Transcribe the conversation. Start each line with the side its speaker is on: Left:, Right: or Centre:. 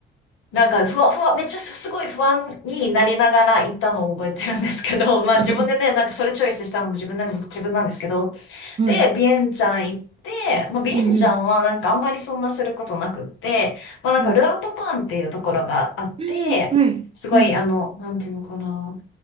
Left: なんか、ふわふわ、めっちゃすすごい不安になりながら行ったのを覚えてるんですけど、<laughs> まあ自分でね、
Right: <laughs>
Left: なんかそれチョイスしたのも自分なんです、自分なんですけど、
Right: はい、
Left: で、ビエンチャン行って、まあ、ビエンチャンはなんかあんまりそんなすることなくって、
Right: うんうん、
Left: まあ、なんかルアンパパンっていうところがあって、
Right: はい、うん、はい、
Left: すごいあの、
Right: はい、
Left: なんていうのかな、